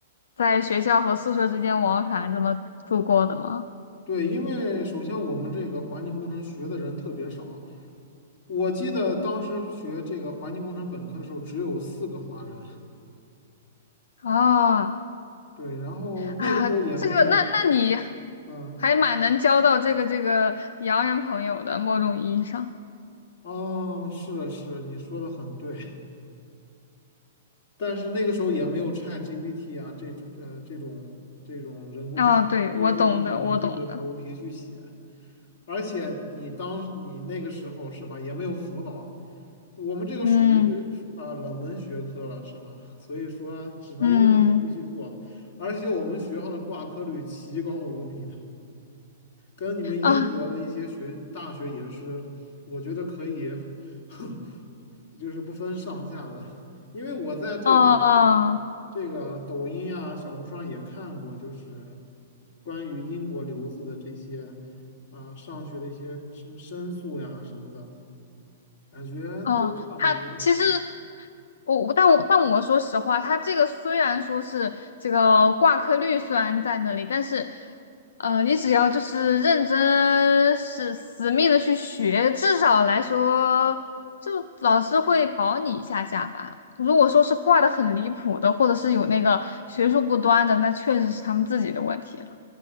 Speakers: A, on the left; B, on the left.
A: 在学校和宿舍之间往返这么度过的吗？
B: 对，因为首先我们这个环境工程学的人特别少，我记得当时学这个环境工程本科的时候只有四个华人，
A: 哦，
B: 对，然后那个时候也没有，
A: 啊，这个，那那你
B: 嗯，
A: 还蛮能交到这个这个洋人朋友的，某种意义上。
B: 哦，是是，你说的很对。但是那个时候也没有 ChatGPT 啊这种呃这种这种人工智能，
A: 啊，对，
B: 所以说你只能硬着头皮去写，
A: 我懂的，我懂的。
B: 而且你当你那个时候是吧，也没有辅导，我们这个属于
A: 嗯
B: 呃冷门学科了是吧？所以说只能硬着头皮去做，
A: 嗯
B: 而且我们学校的挂科率奇高无比的，跟你们英国的一些学大学也是，
A: 啊
B: 我觉得可以，<laughs> 就是不分上下的。因为我在这个
A: 哦哦。哦
B: 这个抖音啊、小红书上也看过，就是关于英国留子的这些啊、上学的一些什么申诉呀什么的，感觉都差不多。
A: 嗯，他其实我，但我但我说实话，他这个虽然说是这个挂科率虽然在那里，但是，呃，你只要就是认真是死命的去学，至少来说，就老师会保你一下下吧。如果说是挂的很离谱的，或者是有那个学术不端的，那确实是他们自己的问题。